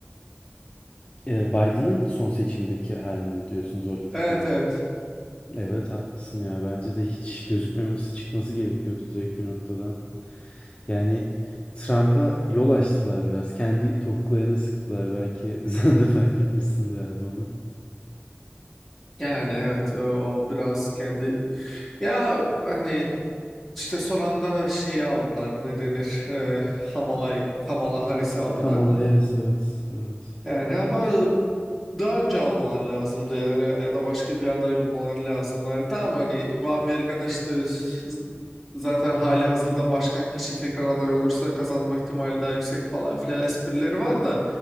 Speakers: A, on the left; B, in the centre.
A: E, Biden'ın son seçimdeki halini mi diyorsun zorladıkları?
B: Evet evet
A: Evet haklısın ya. Bence de hiç gözükmemesi çıkması gerekiyordu direkt bir noktadan. Yani Trump'a yol açtılar biraz. Kendi topuklarına sıktılar belki. <laughs> Sen de fark etmişsindir abi onu.
B: Yani evet o o biraz kendi ya hani işte son anda şeyi aldılar ne denir e, Kamala, Kamala Harris'i aldılar.
A: Kamala Harris evet. Evet.
B: Yani ama daha önce almaları lazımdı yani ya da başka bir aday bulmaları lazımdı. Hani tamam hani bu Amerika'da işte z- zaten hali hazırda başkan kişi tekrar aday olursa kazanma ihtimali daha yüksek falan filan esprileri var da